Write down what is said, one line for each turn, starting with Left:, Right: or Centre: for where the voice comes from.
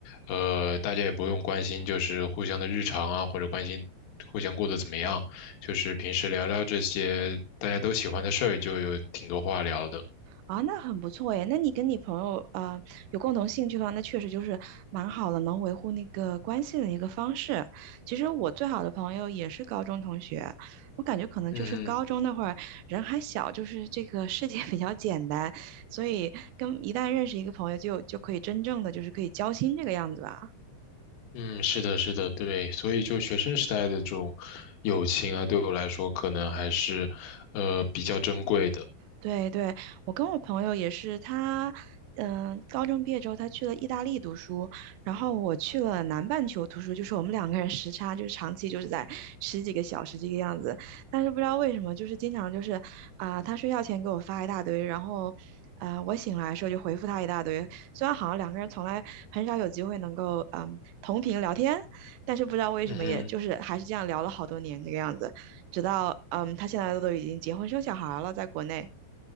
Left: 呃，大家也不用关心就是互相的日常啊，或者关心互相过得怎么样，就是平时聊聊这些大家都喜欢的事儿，就有挺多话聊的。
Right: 啊，那很不错耶。那你跟你朋友呃有共同兴趣的话，那确实就是蛮好的，能维护那个关系的一个方式。其实我最好的朋友也是高中同学，我感觉可能就是高中那会儿人还小，
Left: 嗯嗯
Right: 就是这个世界 <laughs> 比较简单，所以跟一旦认识一个朋友就就可以真正的就是可以交心这个样子吧。
Left: 嗯，是的，是的，对，所以就学生时代的这种友情啊，对我来说可能还是，呃，比较珍贵的。
Right: 对对，我跟我朋友也是，他嗯、高中毕业之后他去了意大利读书，然后我去了南半球读书，就是我们两个人时差就是长期就是在十几个小时这个样子，但是不知道为什么，就是经常就是啊、他睡觉前给我发一大堆，然后呃，我醒来的时候就回复他一大堆，虽然好像两个人从来很少有机会能够嗯、同频聊天，但是不知道为什么，
Left: 嗯哼。
Right: 也就是还是这样聊了好多年这个样子，直到嗯、他现在都已经结婚生小孩了，在国内。